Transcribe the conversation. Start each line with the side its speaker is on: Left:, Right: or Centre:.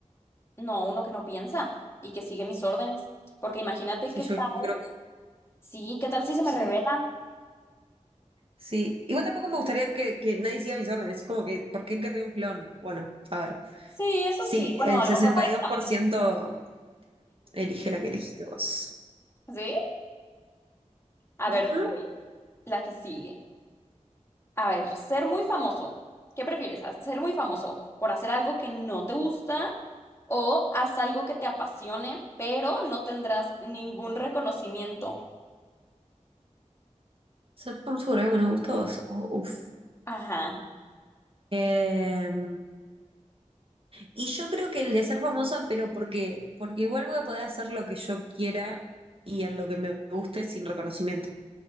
Left: No, uno que no piensa y que sigue mis órdenes. Porque imagínate
Right: Sí,
Left: qué
Right: yo
Left: tal.
Right: creo que
Left: Sí, ¿qué tal si se
Right: sí.
Left: me revela?
Right: Sí, igual tampoco me gustaría que, que nadie siga mis órdenes, como que, ¿por qué querría un clon? Bueno, a ver,
Left: Sí, eso
Right: sí,
Left: sí. Bueno,
Right: el
Left: a
Right: sesenta
Left: lo mejor para
Right: y
Left: exámenes.
Right: dos por ciento elige la que elegiste vos.
Left: ¿Sí? A
Right: Ujú.
Left: ver, voy. la que sigue. A ver, ser muy famoso. ¿Qué prefieres? ¿Haz- ¿Ser muy famoso por hacer algo que no te gusta o haz algo que te apasione, pero no tendrás ningún reconocimiento?
Right: Ser famoso por algo que nos gusta a vos. o- so, uf.
Left: Ajá.
Right: Em, y yo creo que el de ser famosa, pero porque, porque igual voy a poder hacer lo que yo quiera y en lo que me guste sin reconocimiento,